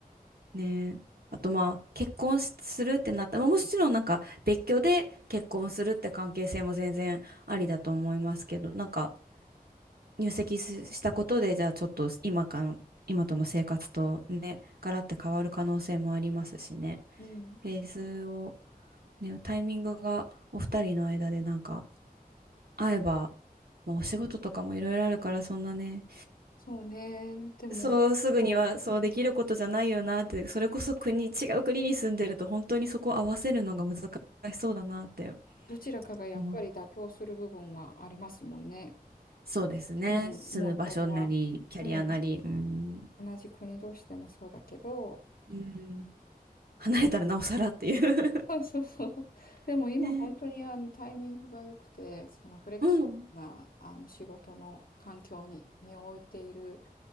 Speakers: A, on the right (about 80°); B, on the left (about 65°).
A: ね。あと、まあ、結婚しするってなったら、まあもちろんなんか、別居で結婚するって関係性も全然ありだと思いますけど、なんか、入籍ししたことで、じゃあ、ちょっと今かの今との生活とね、ガラッて変わる可能性もありますしね。
B: う、うん、
A: フェーズを、ね、タイミングがお二人の間でなんか、会えば、まあ、お仕事とかもいろいろあるから、そんなね、
B: そうね。でも、
A: そうすぐにはそうできることじゃないよなって、
B: そう
A: それこそ国、違う国に住んでると本当にそこを合わせるのが難しそうだなって
B: どちらかがやっぱり妥協する部分はありますもんね。
A: 思う。そうですね。
B: うん、
A: 住む場所なり、
B: もうそれは、
A: キャリアなり、
B: うん、
A: うん、
B: 同じ国同士でもそうだけど、
A: うん、離れたらなおさらっていう
B: そうそうそう。でも今本当にあのタイミングが良くて、
A: <laughs> ね。
B: そのフレキシブルなあの仕事の環境に身を置いている
A: うん。